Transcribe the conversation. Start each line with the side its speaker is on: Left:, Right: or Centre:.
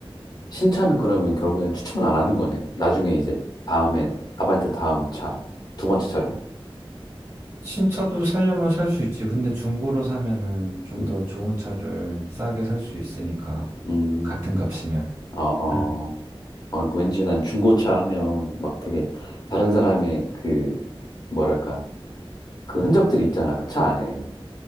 Left: 신차는 그러면 결국엔 추천을 안 하는 거네? 나중에 이제 다음에, 아반떼 다음 차, 두 번째 차로?
Right: 신차도 살려면 살 수 있지. 근데 중고로 사면은 좀
Left: 음,
Right: 더 좋은 차를 싸게 살 수 있으니까.
Left: 음,
Right: 같은 값이면.
Left: 어, 어.
Right: 응.
Left: 아, 그 왠지 난 중고차 하면 막 되게 다른 사람의 그, 뭐랄까, 그 흔적들이 있잖아, 그 차 안에.